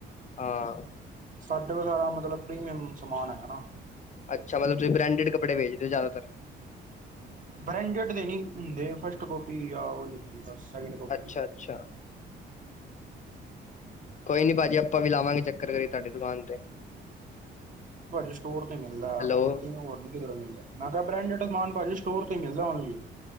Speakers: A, on the left; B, on the right.
A: ਹਾਂ।
B: ਸਾਡੇ ਕੋਲ ਸਾਰਾ ਮਤਲਬ ਪ੍ਰੀਮੀਅਮ ਸਮਾਨ ਹੈਗਾ ਨਾ।
A: ਅੱਛਾ ਮਤਲਬ ਤੁਸੀਂ ਬਰੈਂਡਿਡ ਕੱਪੜੇ ਵੇਚਦੇ ਔ ਜਾਦਾਤਰ?
B: ਬਰੈਂਡਿਡ ਤੇ ਨੀ ਹੁੰਦੇ, ਫਸਟ ਕੋਪੀ ਯਾ ਓਹੀ ਹੁੰਦੀ ਬਸ ਸੈਕਿੰਡ ਕੋਪੀ।
A: ਅੱਛਾ ਅੱਛਾ। ਕੋਈ ਨੀ ਭਾਜੀ ਅਪਾਂ ਵੀ ਲਾਵਾਂਗੇ ਚੱਕਰ ਕਦੀ ਤਾਡੀ ਦੁਕਾਨ ਤੇ।
B: ਤੁਹਾਡੇ ਸਟੋਰ ਤੇ ਮਿਲਦਾ ਐ
A: ਹੈਲੋ
B: ਔਰ ਨੀ ਹੋਰ ਨੀ ਕਿਧਰੇ ਮਿਲਦਾ। ਮੈਂ ਕੇਆ ਬਰੈਂਡਿਡ ਸਮਾਨ ਭਾਜੀ ਸਟੋਰ ਤੋਂ ਈ ਮਿਲਦਾ ਓਨਲੀ।